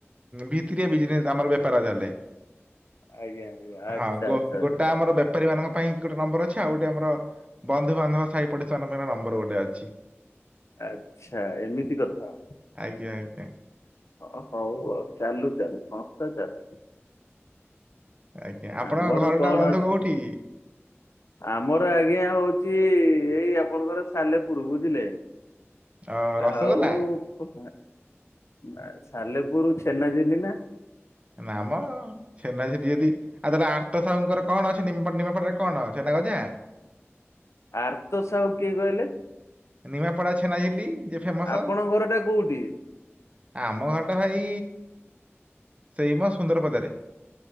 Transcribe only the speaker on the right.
ଭିତିରିଆ ବିଜିନେସ୍, ଆମର ବେପାର ଚାଲେ।
ହଁ ଗୋ-
ଗୋଟା
ଆମର ବେ ପାରୀ ମାନଙ୍କ ପାଇଁ ଗୋଟେ ନମ୍ବର ଅଛି। ଆଉ ଗୋଟେ ଆମର ବନ୍ଧୁ ବାନ୍ଧବ, ସାହି ପଡିଶା ମାନଙ୍କ ପାଇଁ ନମ୍ବର ଗୋଟେ ଅଛି।
ଆଜ୍ଞା ଆଜ୍ଞା।
ଆଜ୍ଞା। ଆପଣଙ୍କ
ଘରଟା
ବନ୍ଧୁ
କୋଉଠି?
ଅ ରସଗୋଲା?
ନା ମ। ଛେନା ଝିଲି ଯଦି, ଆଉ ତାହେଲେ ଆର୍ତ ସାହୁଙ୍କର କଣ ଅଛି ନିମ୍-ନିମାପଡ଼ା ରେ କଣ ଛେନାଗଜା?
ନିମାପଡା ଛେନାଝୀଲି ଯେ ଫେମସ
ଆମ ଘର ଟା ଭାଇ ସେଇ ମ ସୁନ୍ଦରପଦାରେ।